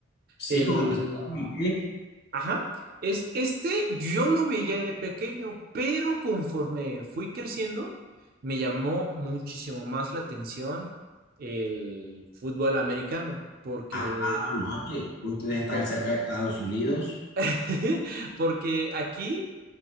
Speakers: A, on the left; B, on the right.
A: Sí,
B: el
A: con el que se parte el pie.
B: ajá, es este yo lo veía de pequeño, pero conforme fui creciendo me llamó muchísimo más la atención el fútbol americano, porque
A: Ah, no, es que ustedes están
B: por-
A: cerca de Estados Unidos.
B: <laughs> porque aquí